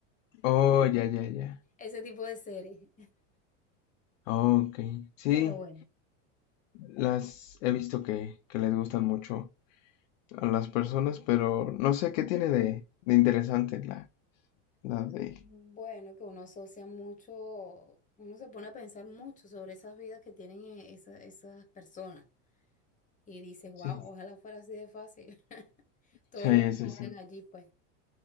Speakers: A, on the left (about 75°); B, on the left (about 20°).
A: Oh, ya, ya, ya.
B: ese tipo de series.
A: Oh, ok. Sí,
B: Pero bueno,
A: las he visto que, que les gustan mucho a las personas, pero no sé qué tiene de, de interesante la, la de...
B: bueno, que uno asocia mucho, uno se pone a pensar mucho sobre esas vidas que tienen eh, esa- esas personas y dice, wow,
A: Sí,
B: ojalá fuera así de fácil. <laughs> Todo
A: sí,
B: lo que
A: sí,
B: pintan
A: sí.
B: allí, pues.